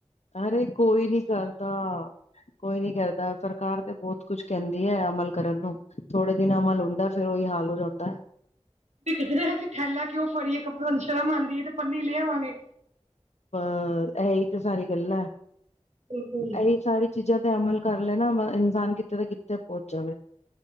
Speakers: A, on the left (about 70°); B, on the right (about 85°).
A: ਅਰੇ ਕੋਈ ਨੀ ਕਰਦਾ ਕੋਈ ਨੀ ਕਰਦਾ ਸਰਕਾਰ ਤੇ ਬਹੁਤ ਕੁਝ ਕਹਿੰਦੀ ਹੈ। ਅਮਲ ਕਰਨ ਨੂੰ ਥੋੜੇ ਦਿਨ ਅਮਲ ਹੁੰਦਾ ਫੇਰ ਉਹੀ ਹਾਲ ਹੋ ਜਾਂਦਾ ਐ।
B: ਜ ਅਸੀਂ ੈਲਾ ਕਿਉਂ ਫੜੀਏੱਪੜਿਆਂ ਨੂੰ ਸ਼ਰਮ ਆਉਂਦੀ ਹੈ ਤੇ ਪੰਨੀ ਲੈ ਆਵਾਂਗੇ
A: ਅ ਇਹੀ ਤਾਂ ਸਾਰੀ ਗੱਲ ਹੈ
B: ਬਿਲਕੁਲ
A: ਇਹੀ ਸਾਰੀ ਚੀਜ਼ਾਂ ਤੇ ਅਮਲ ਕਰ ਲਏ ਨਾ ਇਨਸਾਨ ਕਿੱਥਤੇ ਦਾ ਕਿੱਥੇ ਪਹੁੰਚ ਜਾਵੇ